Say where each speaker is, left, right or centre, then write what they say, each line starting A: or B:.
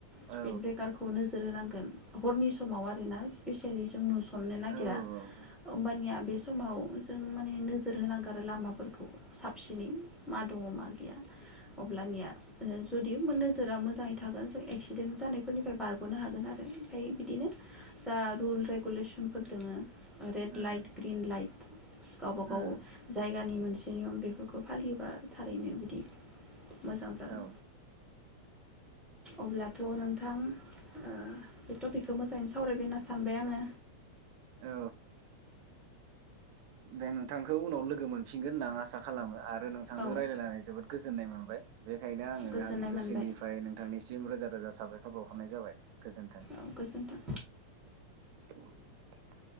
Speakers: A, on the right; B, in the centre.
A: औ
B: स्पिड ब्रेकार खौनो होनांगोन हरनि सम समाव आरो ना स्पेसियेलि जों नु सननो नागिरा
A: औ उम
B: ओमबानिया बे समाव जों माने नोजोर होनांगो आरो लामा फोरखौ साबसिनै मा दङ' मा गैया अब्लानिया ओ जुदि नोजोरा मोजाङै थागोन जों एक्सिडेन्ट जानायफोरनिफ्राय बारग'नो हागोन आरो ओमफाय बिदिनो। जा रुल रेगुलेसनफोर दोङो रेड
A: उम
B: लाइट ग्रिन लाइट गावबा
A: उम
B: गाव जायगानि मोन जे नियम बेफोरखौ फालियोबा थारैनो बिदि मोजां जागोन।
A: औ
B: अब्लाथ' नोंथां ओ बे टपिकखौ मोजाङै सा वरायबाय होनना सानबाय आङो।
A: औ दे नोंथांखौ उनाव लोगो मोनफिनगोन होनना आं आसा खालामो आ रो नोंथांजों
B: औ
A: रायलायनानै जोबोद गो जोननाय मोनबाय। बेखायनो आङो
B: गोजोननाय
A: आंनि गोसोनिफ्राय
B: मोनबाय
A: नोंथांनि सिम रोजा रोजा साबायखर बावहरनाय जाबाय। गोजोन्थों।
B: औ गोजोन्थों
A: <inaudible>